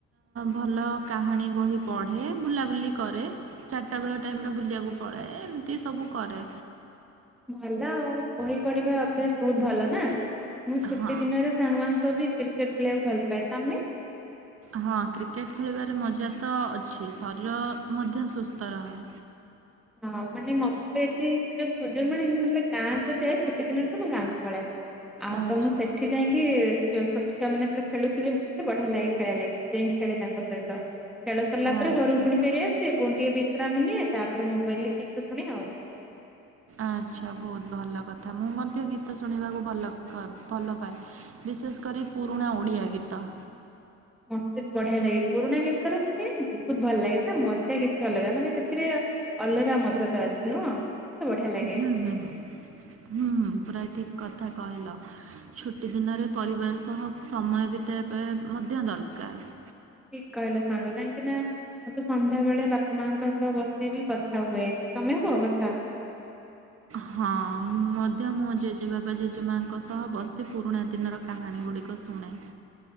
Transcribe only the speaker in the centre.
ଭଲ ଆଉ ବହି ପଢିବା ଅଭ୍ୟାସ ବୋହୁତ ଭଲ ନା। ମୁଁ ଛୁଟି
ଦିନରେ ସାଙ୍ଗମାନ ସହ ବି କ୍ରିକେଟ ଖେଳିବାକୁ ଭଲ ପାଏ। ତମେ?
ହଁ ମାନେ ମତେ ତ ଏଠି ସେ ସୁଯୋଗ ମିଳିନି ମୁଁ ଜେତୋବେଳେ ଗାଁକୁ ଯାଏ ଛୁଟି ଦିନରେ ତ ମୁଁ ଗାଁକୁ ପଳାଏ। ଆଉ
ତ ମୁଁ ସେଠି ଯାଇଙ୍କି ଚୋ ଛୋଟ ଛୁଆ ମାନେ ଖେଳୁଥିବ ମତେ ବଢିଆ ଲାଗେ ଖେଳ ଲାଗେ ଯାଇ ଖେଳେ ତାଙ୍କ ସହିତ। ଖେଳ ସରିଲା ପରେ
ଘରକୁୁଣି ଫେରି ଆସେ ଫୁଣି ଟିକେ ବିଶ ପ୍ରାମ୍ ନିଏ ତାପ୍ ତାର ମୋବାଇଲରେ ଗୀତ ଶୁଣେ ଆଉ।
ମତେ ବି ବଢିଆ ଲାଗେ ପୁରୁଣା ଗୀତର ମାନେ ବୋହୁତ ଭଲ ଲାଗେ ତା ମଜା କିଛି ଅଲଗା ମାନେ ସେଥିରେ ଅଲଗା ମଧୁରତା ଅଛି ନୁହଁ। ମତେ ବଢିଆ ଲାଗେ
ଠିକ୍ କହିଲ ସାଙ୍ଗ କାହିଁକି ନା ମୁଁ ତ ସନ୍ଧ୍ୟା ବେଳେ ବାପା ମାଙ୍କ ସହ ବସିକି କଥା ହୁଏ। ତମେ ହୁଅ କଥା?